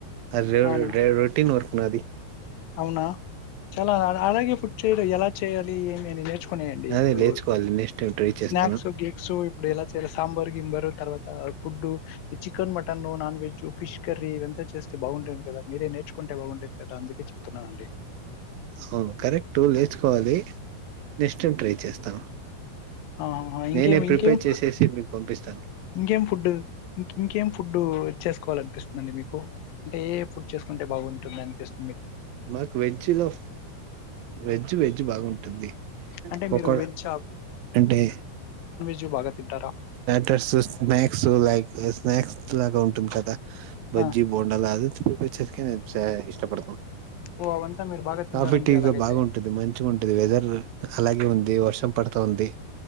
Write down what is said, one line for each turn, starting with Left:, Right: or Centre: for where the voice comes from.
Right: రరే
Left: అవునా?
Right: రే రోటీన్ వర్క్ నాది
Left: అవునా చాలా అలాగే ఇప్పుడు ఎలా చేయాలి ఏమి అని నేర్చుకున్నాయండి ఇప్పుడు
Right: అదే లేచుకోవాలి నెక్స్ట్ టైం ట్రై చేస్తాను
Left: స్నాక్స్ కేేక్స్ ఇప్పుడు ఎలా చేల సాంబార్ కింబరు తర్వాత food chicken mutton non veg fish curry ఇవంత చేస్ స్తే బాగుండేది కదా మీరే నేర్చుకుంటే బాగుండేది కదా అందుకే చెప్తున్నానండి
Right: అవును కరెక్టు లేచుకోవాలి నెక్స్టైమ్ ట్రై చేస్తాను
Left: ఆ ఇంకేం
Right: నేనే ప్రిపేర్
Left: ఇంకేం
Right: చేసేసి మీకు పంపిస్తాను
Left: ఇంకేం ఫుడ్ ఇం ఇంకేం ఫుడ్ చేసుకోవాల అనిపిస్తుందండి మీకు అంటే ఏ ఫుడ్ చేసుకుంటే బాగుంటుంది అనిపిస్
Right: మాక్ వెజ్జిలో వెజ్జ్ వెజ్ బాగుంటుంది
Left: అంటే మీరు
Right: ఒక
Left: వెజ్
Right: అంటే
Left: జు భాగ తింటారా
Right: టర్స్ స్నాక్స్ లైక్ స్నాక్స్ లాగా ఉంటుంది కదా బజ్జి
Left: ఆ
Right: బోండాలా అది ప్రిపేర్ చేక నే ఇష్టపడతాను
Left: ఓ అవంతా మీరు బాగా తింటారంటే
Right: కాఫీ టీవీగా
Left: అలాగైతే
Right: బాగుంటుంది మంచిగం టది వెదర్ అలాగే ఉంది వర్షం పడతా ఉంది